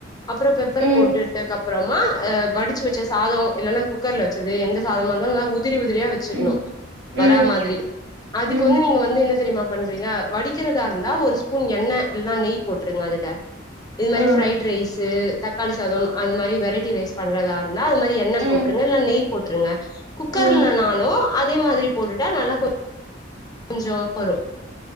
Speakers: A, on the left; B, on the right.
A: அப்பறொ பெப்பர்
B: ம்
A: போட்டுட்டக்கப்பறொ மா அ வடுச்சு வச்ச சாதோ இல்லன்னா குக்கர்ல வச்சது எந்த சாதமா இருந்தாலு நல்லா உதிரி உதிரியா வெச்சிட்ணு
B: ம்
A: வரா
B: ம்
A: மாதிரி அதுக்கு
B: ம்
A: வந்து நீங்க வந்து என்ன தெரியுமா பண் றிங்க வடிக்கிறதா இருந்தா ஒரு ஸ்பூன் எண்ண இல்ன்னா நெய் போட்ருங்க அதுல இது மாரி
B: ஓ
A: ஃபிரைட் ரைஸ்ஸு தக்காளி சாதம் அது மாரி வெரைட்டி ரைஸ் பண்றதா இருந்தா அது மாரி எண்ணப்
B: ம்
A: போட்ருங்க இல்லன்னா நெய் போட்ருங்க குக்கர்லனாலு
B: ம்
A: அ அதே மாதிரி போட்டுட்டா நல்லா கொ <inaudible> கொஞ்சோ வரு